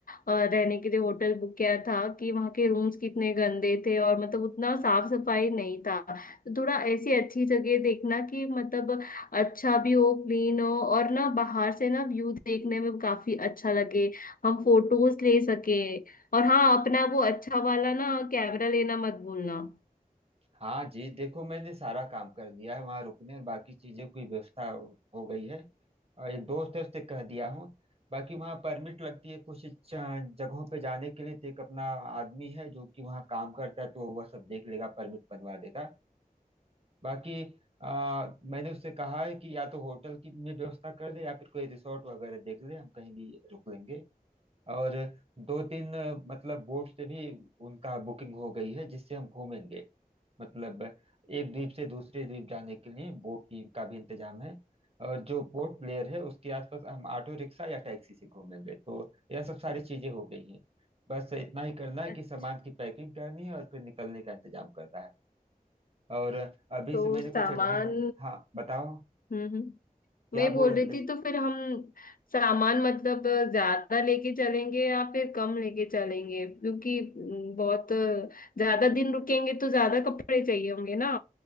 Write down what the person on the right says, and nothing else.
हाँ जी देखो मैंने सारा काम कर लिया है वहाँ रुकने और बाकी चीज़ों की व्यवस्था हो गई है और एक दोस्त है उससे कह दिया हूँ बाकी वहाँ परमिट लगती है कुछ च- जगहों पे जाने के लिए तो एक अपना आदमी है जो कि वहाँ काम करता है तो वह सब देख लेगा परमिट बनवा देगा बाकी आ, मैंने उससे कहा है कि या तो होटल की में व्यवस्था कर दे या फिर कोई रिसोर्ट वगैरह देख ले हम कहीं भी रुक लेंगे और दो तीन अ, मतलब बोट से भी उनका बुकिंग हो गई है जिससे हम घूमेंगे मतलब एक द्वीप से दूसरे द्वीप जाने के लिए बोट की का भी इंतजाम है और जो पोर्ट ब्लेयर है उसके आसपास हम ऑटो रिक्शा या टैक्सी से घूमेंगे तो यह सब सारी चीजें हो गई हैं बस इतना ही करना है
कि सामान की पैकिंग करनी है और फिर निकलने का इंतजाम करना है और अभी
से मैंने
कुछ एडवांस बुक हाँ बताओ
क्या
बोल